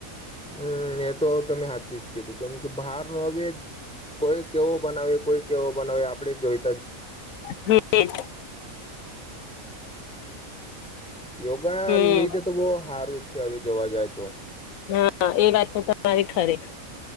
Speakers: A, in the centre; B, on the left.
A: હમ્મ, એતો તમે હાચુજ કીધું, કેમ કે બહાર ન હવે કોઈ કેવો બનાવે, કોઈ કેવો બનાવે. હવે આપડે જોઈ
B: હમ્મ.
A: હમ્મ. યોગા
B: હમ
A: લીધે તો બહ સારું જ છે હવે જોવા જાય તો
B: હમ હા, એ વાત તો તમારી ખરી,